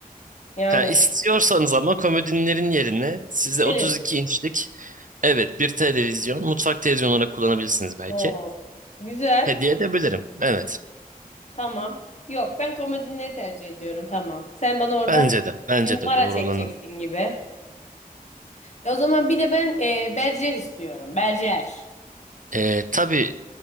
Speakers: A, on the left (about 50°); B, on the right (about 60°).
A: Yani.
B: Ha, istiyorsanız ama komodinlerin yerine size
A: Televizyon.
B: 32 inçlik evet bir televizyon mutfak televizyonu olarak kullanabilirsiniz belki.
A: Oo. Güzel.
B: Hediye edebilirim. Evet.
A: Tamam. Yok ben komodinleri tercih ediyorum tamam. Sen bana orada
B: Bence de. Bence
A: bir numara
B: de doğru
A: çekeceksin
B: olanı.
A: gibi. E, o zaman bir de ben e, berjer istiyorum. Berjer.
B: Ee, tabii